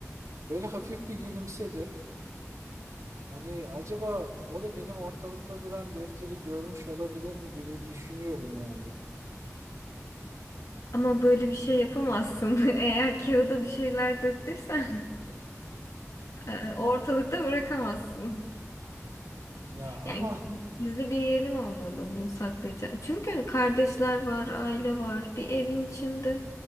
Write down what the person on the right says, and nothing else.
Böyle hafif bir gülümsedi. Hani acaba o da benim ortalıkta duran defteri görmüş olabilir mi gibi düşünüyorum yani.
Ya ama